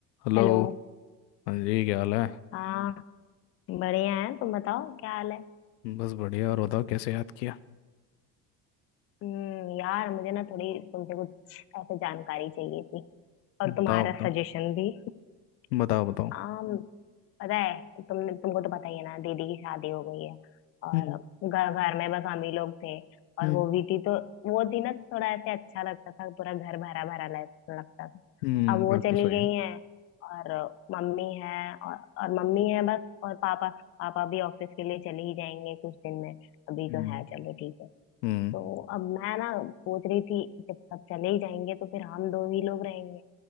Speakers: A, on the left; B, on the left.
A: Hello
B: हेलो
A: हाँ जी क्या हाल है
B: हाँ बढ़िया है तुम बताओ क्या हाल है
A: बस बढ़िया और बताओ कैसे याद किया
B: हम्म यार मुझे ना थोड़ी तुमसे कुछ ऐसे जानकारी चाहिए थी और
A: बताओ
B: तुम्हारा
A: बताओ
B: सजेशन भी
A: बताओ बताओ
B: हाँ पता है तुमने तुमको तो पता ही है ना दीदी की शादी हो गई है और
A: हम्म
B: घर घर में बस हम ही लोग थे और
A: हम्म
B: वो भी थी तो वो थी ना थोड़ा ऐसे अच्छा लगता था पूरा घर भरा भरा लग- लगता था
A: हम्म
B: अब वो
A: बात
B: चली
A: तो सही
B: गई
A: है
B: हैं और मम्मी है और, और मम्मी है बस और पापा पापा भी ऑफिस के लिए चले ही जाएंगे कुछ दिन में अभी
A: हम्म
B: तो है चलो ठीक है
A: हम्म
B: तो अब मैं ना सोच रही थी जब सब चले ही जाएंगे तो फिर हम दो ही लोग रहेंगे